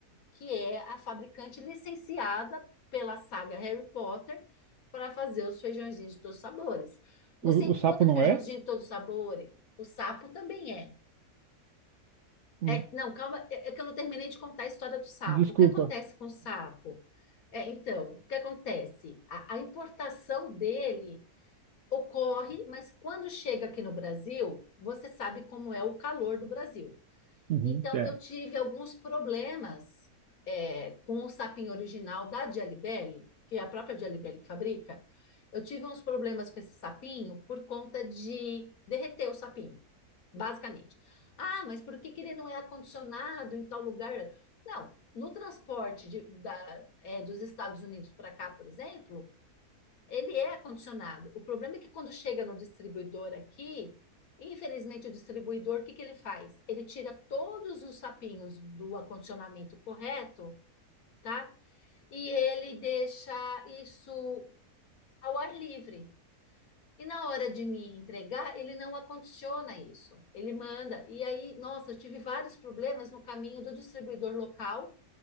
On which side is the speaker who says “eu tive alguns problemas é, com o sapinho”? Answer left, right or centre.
Left